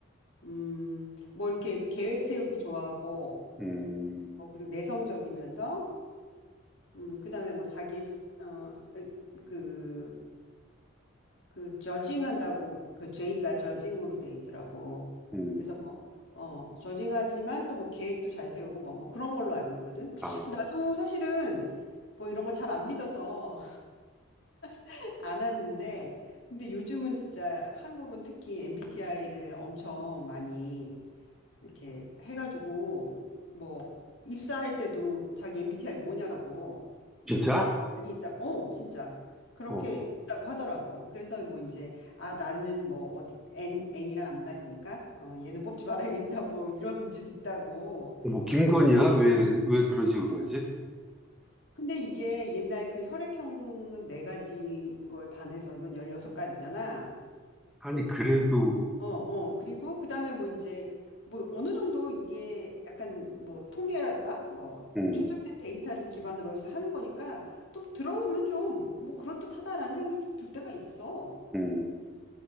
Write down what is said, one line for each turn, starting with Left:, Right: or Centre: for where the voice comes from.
Left: 음, 뭐 이렇게 계획 세우기 좋아하고,
Centre: 음,
Left: 어, 그리고 내성적이면서, 음, 그다음에 뭐 자기의 스- 어, 스- 그 그 저징한다고 그 죄의가 저징으로 돼 있더라고.
Centre: 음,
Left: 그래서 뭐 어, 저징하지만 또 뭐 계획도 잘 세우고 뭐 뭐 그런 걸로 알고 있거든.
Centre: 아,
Left: 나도 사실은 뭐 이런 거 잘 안 믿어서 <laughs> 안 왔는데 근데 요즘은 진짜 한국은 특히 MBTI를 엄청 많이 이렇게 해가지고 뭐 입사할 때도 자기 MBTI 뭐냐고
Centre: 진짜?
Left: 많이 있다. 어, 진짜. 그렇게
Centre: 어,
Left: 있다고 하더라고. 그래서 뭐 이제, 아, 나는 뭐 어디, N, N이랑 안 맞으니까, 어, 얘는 뽑지 말아야겠다. 뭐 이런 문제도 있다고.
Centre: 뭐, 김건희야? 왜, 왜 그런 식으로 하지?
Left: 근데 이게 옛날 그 혈액형은 네 가지인 거에 반해서 이건 16가지잖아.
Centre: 아니, 그래도,
Left: 어, 어. 그리고 그 다음에 뭐 이제, 뭐 어느 정도 이게 약간 뭐 통계랄까? 뭐
Centre: 음,
Left: 축적된 데이터를 기반으로 해서 하는 거니까 또 들어보면 좀 뭐 그럴듯하다라는 생각이 좀 들 때가 있어.
Centre: 음,